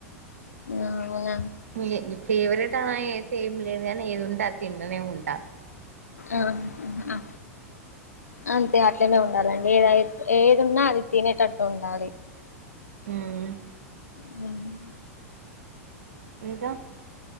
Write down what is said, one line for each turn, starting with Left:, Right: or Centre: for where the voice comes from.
Left: ఆ ఔన
Right: ముయె ని ఫేవ్రేటాన అయ్తె ఏమ్ లేద్ గాని ఏదుంటె అద్ తింటానే ఉంట
Left: ఆ అ అ అంతె అట్లనుండాలన్ వేదయిత్ ఏదున్న అది తినేటట్టుండాలి.
Right: ఊమ్.
Left: రామాయ్ణం
Right: ఇంకా